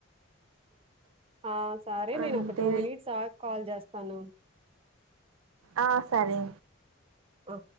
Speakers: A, on the right; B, on the right.
A: ఆ సరే నేను
B: అంతే
A: ఒక టూ మినిట్స్ ఆగి కాల్ చేస్తాను
B: ఆ సరే
A: ఆ